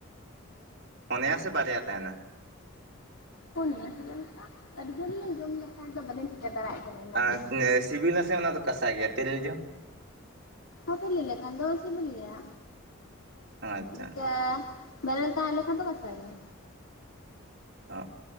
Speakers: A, on the right; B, on the left.
A: ᱯᱚᱱᱮᱭᱟ ᱥᱮ ᱵᱟᱨᱭᱟ ᱛᱟᱦᱮᱱᱟ?
B: ᱯᱚᱱᱮᱭᱟ ᱥᱮ ᱪᱮᱞᱮᱠᱟ ᱟᱹᱰᱤ ᱫᱤᱱ ᱞᱤᱧ ᱡᱚᱢ ᱞᱮᱫ ᱛᱟᱦᱮᱫ ᱫᱚ ᱵᱟᱞᱤᱧ ᱴᱤᱠᱟᱹ ᱫᱟᱲᱮᱭᱟᱜ ᱠᱟᱱᱟ ᱚᱱᱟ
A: ᱟᱨ
B: ᱫᱚ᱾
A: ᱥᱤᱵᱤᱞᱟ ᱥᱮ ᱚᱱᱟ ᱫᱚ ᱠᱟᱥᱟ ᱜᱮᱭᱟ ᱛᱮᱨᱮᱞ ᱡᱚ?
B: ᱟᱯᱮ ᱯᱮ ᱞᱟ. ᱭ ᱞᱮᱠᱷᱟᱱ ᱫᱚ ᱥᱤᱵᱤᱞ ᱜᱮᱭᱟ
A: ᱟᱪᱪᱷᱟ
B: ᱤᱱᱠᱟᱹ ᱵᱮᱨᱮᱞ ᱛᱟᱦᱮ ᱞᱮᱠᱷᱟᱱ ᱫᱚ ᱵᱟᱥᱟᱜ ᱜᱮᱭᱟ
A: ᱚ